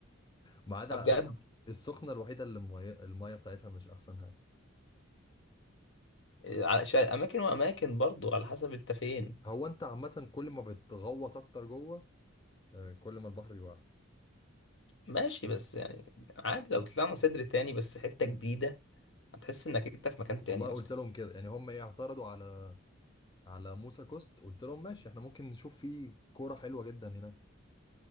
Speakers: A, on the left (about 20°); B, on the left (about 60°).
A: ما عدا
B: بجد
A: السخنه الوحيده اللي الميه الميه بتاعتها مش احسن حاجه
B: على شا- اماكن واماكن برضو على حسب انت فين
A: هو انت عامه كل ما بتغوط اكتر جوه آه، كل ما البحر بيبقى احسن
B: ماشي بس يعني عادي لو طلعنا صدر تاني بس حتة جديدة هتحس انك انت في مكان تاني
A: والله قلت
B: اصلا
A: لهم كده يعني هم ايه اعترضوا على على موسى كوست قلت لهم ماشي احنا ممكن نشوف فيه كورة حلوة جدا هناك